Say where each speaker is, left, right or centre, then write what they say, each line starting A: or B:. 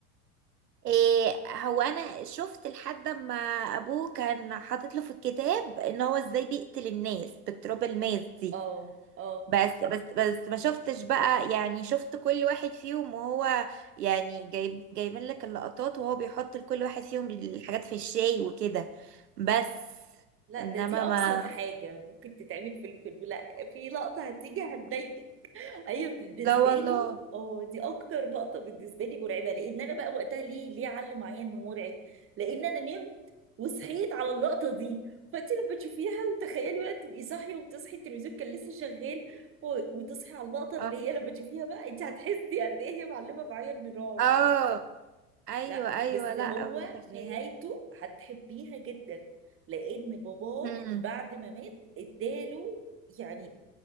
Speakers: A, on the right; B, on the right.
A: إيه هو انا شفت لحد ما ابوه كان حاطط له في الكتاب ان هو ازاي بيقتل الناس بالتروبا الماس دي
B: اه اه
A: بس بس بس ما شفتش بقى يعني شفت كل واحد فيهم وهو يعني جايب جايبين لك اللقطات وهو بيحط لكل واحد فيهم الحاجات في الشاي وكده بس
B: لا
A: انما
B: ده دي ابسط
A: ما
B: حاجة ممكن تتعمل في الفيلم لا في لقطة هتيجي هتضايقك ايوه بالنسبه
A: لا والله
B: لي اه دي اكتر لقطه بالنسبه لي مرعبه لان انا بقى وقتها ليه ليه علم معايا انه مرعب لان انا نمت وصحيت على اللقطه دي فانت لما تشوفيها وتخيلي بقى تبقي صاحيه وتصحي التلفزيون كان لسه شغال و- وتصحي على اللقطه اللي
A: اه
B: هي لما تشوفيها بقى انت هتحسي قد ايه هي معلمه معايا النظام
A: آه، ايوه
B: لا
A: ايوه
B: بس
A: لا
B: هو
A: متخيل
B: نهايته هتحبيها جدا لان باباه
A: امم
B: بعد ما مات اداله يعني